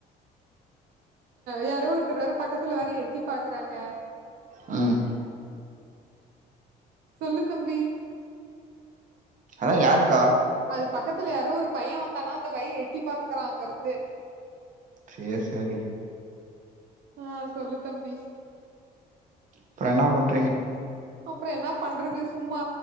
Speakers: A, on the right; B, on the right.
A: யாரோ ஒருத்தர் வேற பக்கத்துல வேற எட்டி பாக்குறாங்க
B: ம்
A: சொல்லு தம்பி
B: அதா யாருக்கா
A: அது பக்கத்துல யாரோ ஒரு பைய வந்தானா அந்த பைய எட்டி பாக்குறா அங்க இருந்து
B: செரி செரி
A: ஆ சொல்லு தம்பி
B: அப்றோ என்ன பண்ண
A: அப்புறோ என்னாப் பண்றது சும்மா